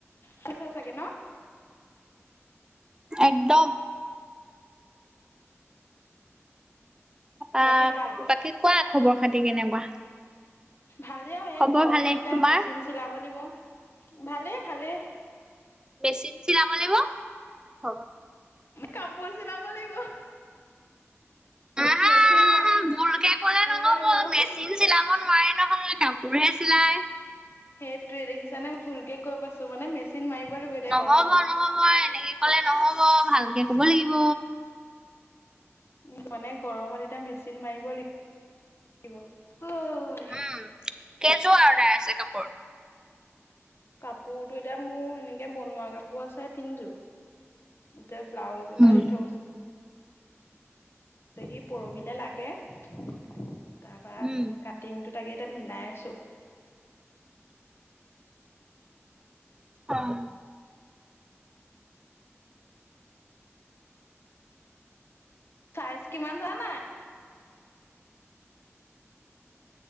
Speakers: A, on the left (about 55°); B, on the right (about 15°).
A: খাইছা চাগে ন'।
B: একদম। আ
A: বাকী ভাল
B: বাকী কোৱা খবৰ খাতি কেনেকুৱা?
A: ভালেই আৰু
B: খবৰ
A: এই গৰমত
B: ভালে।
A: এতিয়া
B: তোমাৰ?
A: মেচিন চিলাব লাগিব ভালে - ভালে।
B: মেচিন চিলাব লাগিব হ।
A: কাপোৰ চিলাব লাগিব
B: আহা
A: মেচিন মাৰ
B: ভুলকে ক'লে নহ'ব
A: মাৰিব লাগিব।
B: মেচিন চিলাব নোৱাৰে নহয় কাপোৰহে চিলাই।
A: সেইটোৱে দেখিছানে ভুলকে কৈ পাইছো মানে মেচিন মাৰিব লাগিব এতিয়া
B: নহব-
A: গৰমত
B: নহব এনেকে ক'লে নহব ভালকে ক'ব লাগিব।
A: উম, মানে গৰমত এতিয়া মেচিন মাৰিব লাগিব। <unintelligible>
B: উম, কেইযোৰ অৰ্ডাৰ আছে কাপোৰ?
A: কাপোৰতো এতিয়া মোৰ এনেকে বনোৱা কাপোৰ আছে তিনযোৰ এতিয়া ব্লাউজ দুটা
B: উম
A: দি থৈ গৈছে। তেহি পৰহিলে লাগে তাৰপা
B: উম,
A: কাট টিংটো তাকে এতিয়া মিলাই আছো।
B: অ',
A: চাইজ কিমান জানা?